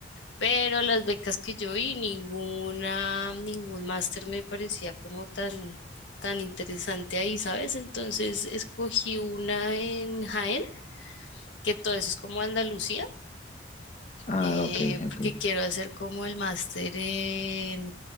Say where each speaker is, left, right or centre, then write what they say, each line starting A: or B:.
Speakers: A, on the left; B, on the left.
A: Pero las becas que yo vi, ninguna, ningún máster me parecía como tan, tan interesante ahí, ¿sabes? Entonces escogí una en Jaén, que todo eso es como Andalucía,
B: Ah,
A: eh,
B: ok,
A: porque
B: ok.
A: quiero hacer como el máster en